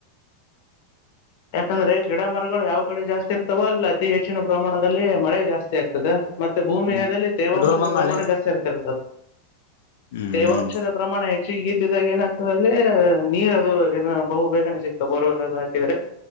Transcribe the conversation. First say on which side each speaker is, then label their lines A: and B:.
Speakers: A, on the left (about 55°); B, on the left (about 70°).
A: ಯಾಕಂದ್ರೆ ಗಿಡ ಮರಗಳು ಯಾವ ಕಡೆ ಜಾಸ್ತಿ ಇರ್ತಾವೋ ಅಲ್ಲ ಅತಿ ಹೆಚ್ಚಿನ ಪ್ರಮಾಣದಲ್ಲಿ ಮಳೆ ಜಾಸ್ತಿ ಆಗ್ತದೆ ಮತ್ತೆ ಭೂಮಿಯದಲ್ಲಿ
B: ಹ್ಮ್
A: ತೇವಾಂಶದ
B: ಇಡೋರ್ ಬಂದ್
A: ಪ್ರಮಾಣ
B: ಮಳೆ
A: ಜಾಸ್ತಿ ಇರ್ತಿರ್ತದೆ
B: ಹ್ಮ್
A: ತೇವಾಂಶದ ಪ್ರಮಾಣ ಹೆ ಸಿಗಗ್ದಿದ್ದಾಗ ಏನಾಗ್ತದೆ ಅಲ್ಲಿ ನೀರ್ ಅದು ಏ ಬಹು ಬೇಗನೆ ಸಿಗ್ತದೆ ಬೊರವಲ್ ಅದು ಹಾಕಿದ್ರೆ